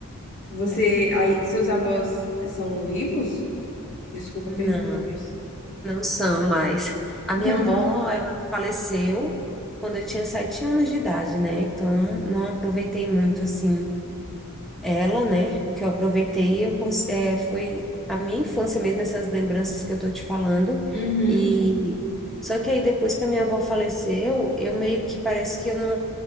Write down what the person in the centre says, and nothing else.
É verdade.
Não.
Não são
mais. A
minha avó, ela faleceu quando eu tinha sete anos de idade, né? Então, não aproveitei muito, assim, ela, né? O que eu aproveitei eu, cons- eh, foi a minha infância mesmo, essas lembranças que eu tô te falando.
E só que aí, depois que a minha avó faleceu, eu meio que parece que eu não,